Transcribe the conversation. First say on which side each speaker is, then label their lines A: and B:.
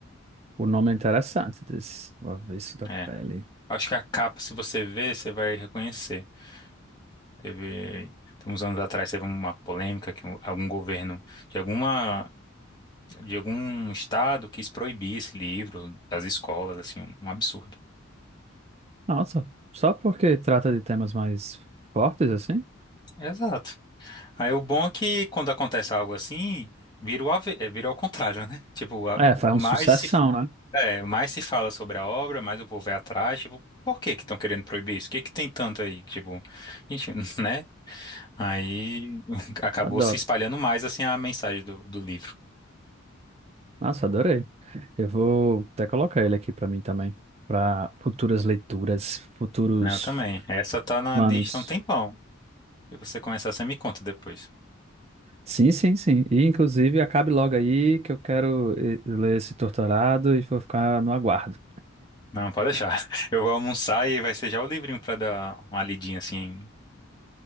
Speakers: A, on the right; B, on the left.
A: O nome é interessante desse. O Avesso da
B: É.
A: Pele.
B: Acho que a capa, se você ver, você vai reconhecer. Teve, tem uns anos atrás, teve uma polêmica que um- algum governo de alguma, de algum estado quis proibir esse livro das escolas, assim, um absurdo.
A: Nossa, só porque trata de temas mais fortes assim?
B: Exato. Aí o bom é que quando acontece algo assim, vira o, ave- é, vira ao contrário, né? Tipo, a-
A: É, faz
B: mais
A: um sucessão,
B: se,
A: né?
B: é, mais se fala sobre a obra, mais o povo vai atrás. Tipo, por que que estão querendo proibir isso? O que que tem tanto aí? Tipo, gente, <laughs> né? Aí <laughs> acabou
A: Adoro.
B: se espalhando mais assim a mensagem do, do livro.
A: Nossa, adorei. Eu vou até colocar ele aqui pra mim também, Pra futuras leituras, futuros
B: Não, eu também. Essa tá na
A: planos.
B: lista há um tempão. Se você começar, você me conta depois.
A: Sim, sim, sim. E inclusive acabe logo aí que eu quero eh, ler esse torturado e vou ficar no aguardo.
B: Não, pode deixar. <laughs> Eu vou almoçar e vai ser já o livrinho pra dar uma lidinha assim